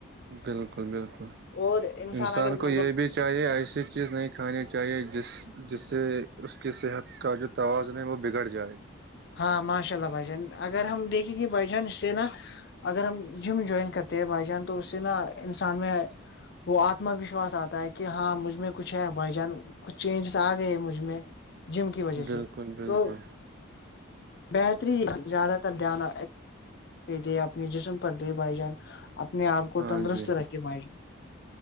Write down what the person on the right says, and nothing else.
بالکل بالکل
انسان
کو یہ بھی چاہے ایسی چیز نہیں کھانی چاہیے جس جس سے اس کی صحت کا جو توازن ہے وہ بگڑ جائے
ہاں
جی
بالکل
بالکل
ہاں
جی